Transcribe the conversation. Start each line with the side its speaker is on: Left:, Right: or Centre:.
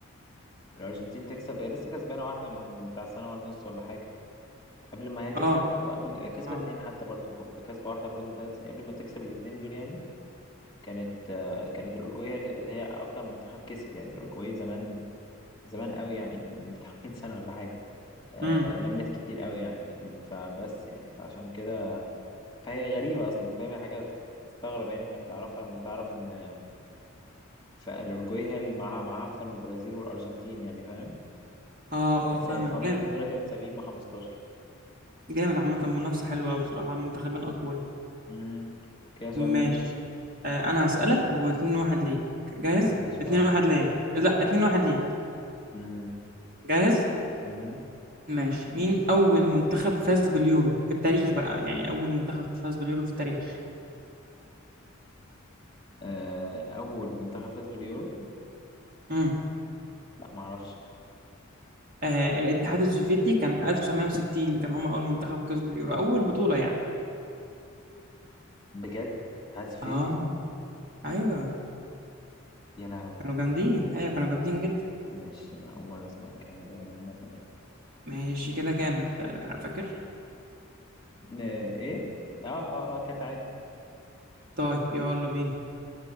Left: الأرجنتين تكسب هي لسه كسبانة واحدة من بتاع سنة ولا نص ولا حاجة قبل ما هي تكسب
Right: أه
Left: وقبل كسبت
Right: أه
Left: اتنين حتى برضو وكسبة واحدة برضو من ثلاث سنين قبل ما تكسب الاتنين دول يعني كانت آه، كانت الأورجواي هي اللي- هي أكتر منتخب كسب يعني الأورجواي زمان زمان قوي يعني من بتاع 100 سنة ولا حاجة آه،
Right: أمم
Left: لمت كتير قوي يعني فبس يعني فعشان كده فهي غريبة أصلا أنت فاهم هي حاجة تستغرب يعني إنك تعرفها لما تعرف إن فالأورجواي هي اللي معاها معاها أكتر من البرازيل والأرجنتين يعني فاهم
Right: أه
Left: بس
Right: فاهمك
Left: يعني فهم
Right: جامد
Left: الاتنين دلوقتي متساويين ب 15
Right: جامد عامة منافسة حلوة أوي بصراحة منتخبين أقوياء
Left: مهم. كده سؤال
Right: ماشي
Left: مين؟
Right: آه أنا هسألك واتنين واحد ليك جاهز؟
Left: ماشي
Right: اتنين
Left: اه
Right: واحد ليا لا اتنين واحد ليك
Left: مهم.
Right: جاهز؟
Left: مهم.
Right: ماشي مين أول منتخب فاز باليورو في التاريخ بقى يعني أول منتخب فاز باليورو في التاريخ؟
Left: آه، أول منتخب فاز باليورو
Right: امم
Left: لا معرفش
Right: آه الاتحاد السوفيتي كان 1960 كان هم أول منتخب كسبوا اليورو أول بطولة يعني
Left: بجد الاتحاد السوفيتي
Right: اه أيوه
Left: يا لهوي
Right: كانوا جامدين أيوه كانوا جامدين جدا
Left: ماشي أنا أول مرة أسمع الكلام ده مثلا
Right: ماشي كده كام فاكر
Left: ن- إيه؟ آه آه آه كانت عادي
Right: طيب يلا بينا